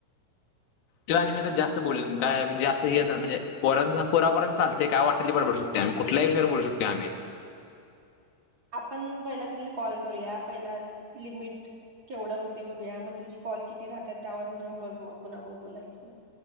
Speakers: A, on the left (about 65°); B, on the right (about 30°).
A: तो आणि तर जास्त बोलीन काय म्हणजे जास्त हे म्हणजे पर पोरा पोरांचं चालतय काय वाटल ते बोलू शकतो आम्ही कुठल्या ही विषयावर बोलू शकतोया आम्ही.
B: आपण पहिला सगळी कॉल करूया पहिला लिमिट केवढं होतय बघूया, मग तुझी कॉल किती राहतात, त्यावर न बघ मग कोना बरोबर बोलायचं.